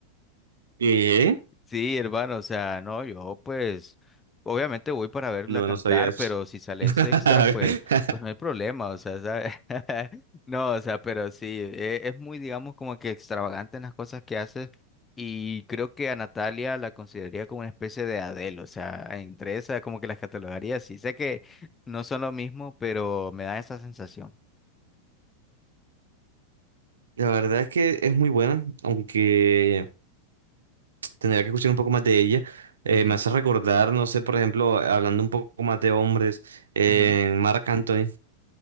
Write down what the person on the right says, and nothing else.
¿Qué?
No,
no sabía eso.
<laughs>
La verdad es que es muy buena, aunque tendría que escuchar un poco más de ella. Eh,
me hace recordar, no sé, por ejemplo, hablando un poco más de hombres, eh,
Marc Anthony.